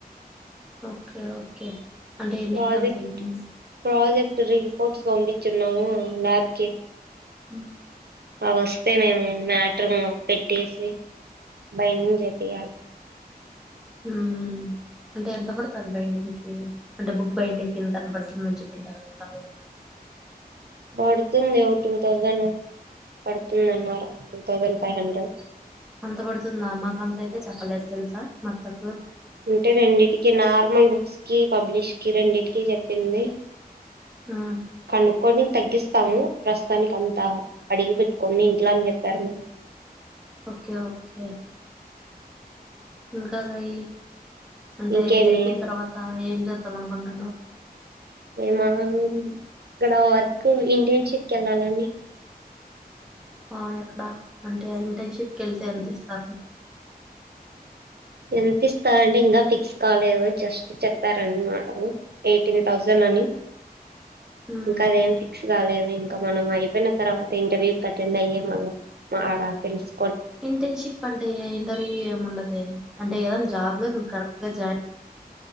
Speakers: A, in the centre; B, on the right (about 90°).
A: ఓకే ఓకే అంటే ఎన్ని
B: ప్రాజెక్ట్
A: ఎగ్జామ్స్ అయిపోయినాయి?
B: ప్రాజెక్ట్ రిపోర్ట్స్ పంపించున్నాము ల్యాబ్ కి
A: ఉమ్
B: అవి వస్తే మేము మ్యాటర్ పెట్టేసి బైండింగ్ చేపియాలి
A: ఉమ్ అంటే ఎంత పడుతది బైండింగ్ కి అంటే బుక్ బైండింగ్ కి ఇంత అని పడుతుందని చెప్పింటారు కదా అలా
B: పడుతుంది ఒక టూ తౌసండ్ పడుతుందన్నారు టూ థౌజండ్ ఫైవ్ హండ్రెడ్
A: అంత పడుతుందా మాక అంత అయితే చెప్పలేదు తెలుసా మాకు తక్కువ
B: అంటే రెండిటికి నార్మల్ బుక్స్ కి పబ్లిష్ కి రెండిటికి చెప్పింది
A: హ్మ్.
B: కనుక్కొని తగ్గిస్తాము దానికి అంత అడిగి పెట్టుకొని ఇంట్లో అని చెప్పారు
A: ఓకే ఓకే ఇంకా గయ అంటే
B: ఇంకేమి
A: ఇది అయిపోయిన తర్వాత ఏం చేద్దాం అనుకుంటు హలో
B: మేమా ఇక్కడ వర్క్ ఇంటర్న్షిప్ కి వెళ్ళాలని
A: ఆ ఎక్కడ అంటే ఇంటర్న్షిప్ కి వెళ్తే ఎంత ఇస్తారు
B: ఎంత ఇస్తారండి ఇంకా ఫిక్స్ కాలేదు జస్ చెప్పారండి మాట ఎయిటీన్ థౌసండ్ అని
A: ఉమ్
B: ఇంకా అదేం ఫిక్స్ కాలేదు ఇంకా మనం అయిపోయిన తర్వాత ఇంటర్వ్యూ అటెండ్ అయ్యే మళ్ళ ఆడ తెలుసు
A: ఇంటర్న్షిప్ అంటే ఇంటర్వ్యూ ఏమి ఉండదు అంటే ఏదనా జాబ్ లో నువ్వు కరెక్ట్ గా జాయిన్